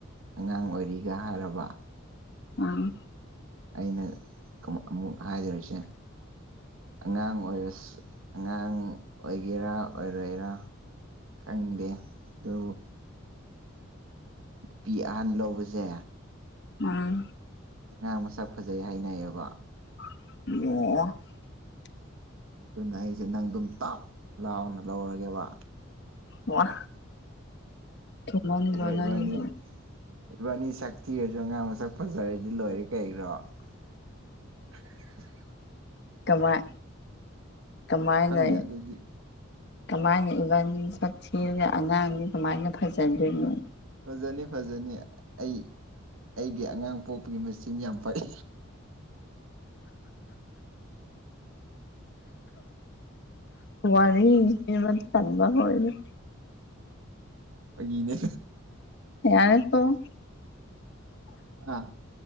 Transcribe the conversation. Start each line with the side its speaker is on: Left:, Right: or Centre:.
Right: ꯑꯉꯥꯡ ꯑꯣꯏꯔꯤꯒ ꯍꯥꯏꯔꯕ
Left: ꯑꯥ
Right: ꯑꯩꯅ ꯑꯃꯨꯛ ꯍꯥꯏꯖꯔꯤꯁꯦ ꯑꯉꯥꯡ ꯑꯣꯏꯔꯁꯨ ꯑꯉꯥꯡ ꯑꯣꯏꯒꯦꯔꯥ ꯑꯣꯏꯔꯣꯏꯔꯥ ꯈꯪꯗꯦ ꯑꯗꯨ ꯅꯨꯄꯤꯤ ꯑꯍꯟ ꯂꯧꯕꯖꯦ
Left: ꯑꯥ
Right: ꯑꯉꯥꯡ ꯃꯁꯛ ꯐꯖꯩ ꯍꯥꯏꯅꯩꯌꯦꯕ
Left: ꯑꯣ
Right: ꯑꯗꯨꯅ ꯑꯩꯁꯦ ꯅꯪ ꯑꯗꯨꯝ ꯇꯞ ꯂꯥꯎꯅ ꯂꯧꯔꯒꯦꯕ
Left: ꯋꯥ ꯊꯨꯃꯟꯗ꯭ꯔꯣ
Right: ꯑꯗꯨ ꯀꯩꯕꯥꯅꯤ
Left: ꯅꯪꯒꯤꯗꯣ
Right: ꯏꯕꯥꯅꯤ ꯁꯛ ꯊꯤꯔꯁꯨ ꯑꯉꯥꯡ ꯃꯁꯛ ꯐꯖꯔꯗꯤ ꯂꯣꯏꯔꯦ ꯀꯩꯔꯣ <unintelligible>
Left: ꯀꯃꯥꯏ ꯀꯃꯥꯏꯅ
Right: ꯈꯪꯗꯦ ꯑꯗꯨꯗꯤ
Left: ꯀꯃꯥꯏꯅ ꯏꯚꯟ ꯁꯛ ꯊꯤꯔꯒ ꯑꯉꯥꯡꯗꯨ ꯀꯃꯥꯏꯅ ꯐꯖꯗꯣꯏꯅꯣ
Right: ꯐꯖꯅꯤ ꯐꯖꯅꯤ ꯑꯩ ꯑꯩꯒꯤ ꯑꯉꯥꯡ ꯄꯣꯛꯄꯒꯤ ꯃꯦꯆꯤꯟ ꯌꯥꯝ ꯐꯩ
Left: ꯋꯥꯔꯔꯤ ꯏꯃ ꯊꯠꯕ ꯑꯣꯏꯅ
Right: ꯎꯝ ꯑꯩꯒꯤꯅꯦ
Left: ꯌꯥꯔꯦ ꯇꯣꯛꯑꯣ
Right: ꯑꯥ